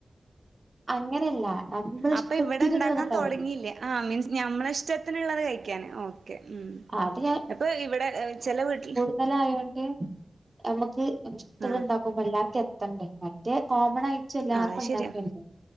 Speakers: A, on the right; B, on the right.
A: അങ്ങനെയല്ല നമ്മള്
B: അപ്പൊ
A: ഇഷ്ടത്തിനുള്ളത്
B: ഇവിടെ ഉണ്ടാക്കാൻ
A: ഉണ്ടാവൂലേ
B: തുടങ്ങിയില്ലേ. ആ മീൻസ് ഞമ്മള് ഇഷ്ടത്തിനുള്ളത് കഴിക്കാന്. ഓ ഓക്കേ. ഉം
A: അത്
B: അപ്പൊ ഇവിടെ ചെല വീട്ടിൽ
A: ഇതെല്ലാം ആയോണ്ട് നമുക്ക് ഒരിഷ്ടം ഇല്ലാണ്ടാകും.
B: ആഹ്
A: അപ്പോ എല്ലാവർക്കും എത്തണ്ടേ. മറ്റേ കോമൺ ആയിട്ട്. വെച്ച് എല്ലാർക്കും
B: ആഹ് അത്
A: ഉണ്ടാക്കണ്ടേ
B: ശരിയാ